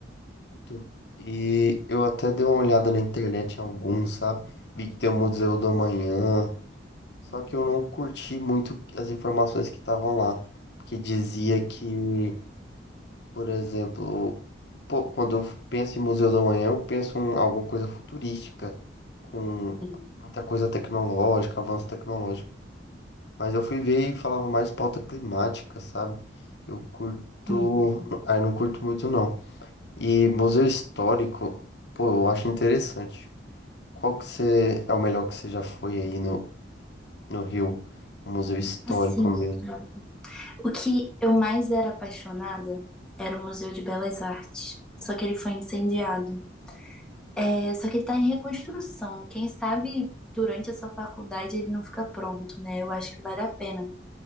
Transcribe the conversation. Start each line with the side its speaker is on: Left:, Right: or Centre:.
Left: Muito. E eu até dei uma olhada na internet em alguns, sabe? Vi que tem o Museu do Amanhã. Só que eu não curti muito as informações que estavam lá, porque dizia que, por exemplo, pô, quando eu penso em Museu do Amanhã, eu penso em alguma coisa futurística, com
Centre: Sim.
Left: muita coisa tecnológica, avanço tecnológico. Mas eu fui ver e falava mais pauta climática, sabe? Eu curto.
Centre: Uhum.
Left: Ah, eu não curto muito, não. E museu histórico, pô, eu acho interessante. Qual que você é o melhor que você já foi aí no, no Rio? Um museu histórico
Centre: Assim,
Left: mesmo.
Centre: o que eu mais era apaixonada era o Museu de Belas Artes. Só que ele foi incendiado. É, só que ele tá em reconstrução. Quem sabe durante essa faculdade ele não fica pronto, né? Eu acho que vale a pena.